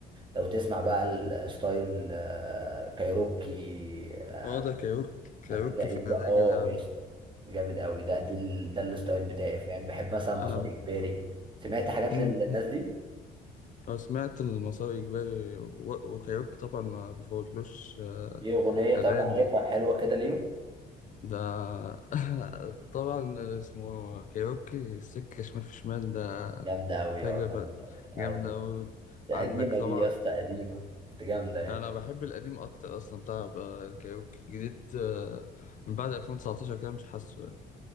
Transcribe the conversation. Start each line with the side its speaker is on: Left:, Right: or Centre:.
Right: لو تسمع بقى الستايل آه، كايروكي آه،
Left: اه ده كايروكي كايروكي
Right: أمير عيد
Left: في
Right: بقى
Left: الراجل
Right: أه
Left: يا عم
Right: يا اسطى جامد قوي ده دي ال- ده الستايل بتاعي فاهم بحب مثلا مسار
Left: انا
Right: إجباري سمعت حاجات
Left: مم.
Right: للناس دي؟
Left: أنا سمعت المسار إجباري و- وكايروكي طبعا ما بفوتلوش آه،
Right: دي أغنية
Left: أغاني
Right: طب عارفها حلوة كده ليهم
Left: ده <laughs> طبعا اسمه كايروكي السكة شمال في شمال ده
Right: جامدة أوي
Left: فجرة
Right: أه جامدة
Left: ف-
Right: أوي
Left: جامدة
Right: أيوة
Left: أوي
Right: دي
Left: عندك
Right: قديمة
Left: طبعا
Right: دي يا اسطى قديمة بس جامدة يعني
Left: أنا بحب القديم أكتر أصلا بتاع آه، كايروكي جديد آه، من بعد 2019 كده مش حاسه يعني